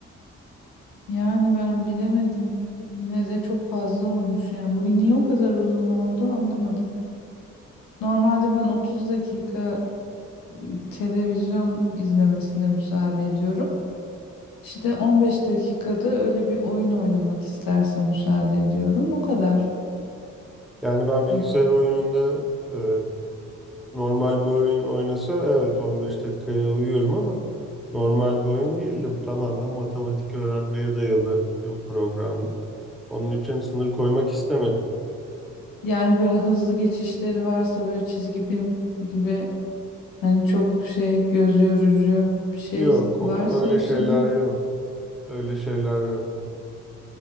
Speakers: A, on the left (about 80°); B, in the centre.
A: Yani ben bilemedim. Yine de çok fazla olmuş yani. Bugün niye o kadar uzun oldu anlamadım. Normalde ben 30 dakika televizyon izlemesine müsaade ediyorum. İşte 15 dakikada öyle bir oyun oynamak isterse müsaade ediyorum. O kadar.
B: Yani ben bilgisayar
A: Bu-
B: oyununda e, normal bir oyun oynasa evet 15 dakikaya uyuyorum ama normal bir oyun değildi. Bu tamamen matematik öğrenmeye dayalı bir programdı. Onun için sınır koymak istemedim.
A: Yani böyle hızlı geçişleri varsa böyle çizgi film gibi hani çok şey göz yorucu bir şey
B: Yok, o-
A: varsa
B: öyle
A: içinde
B: şeyler yok. Öyle şeyler yok.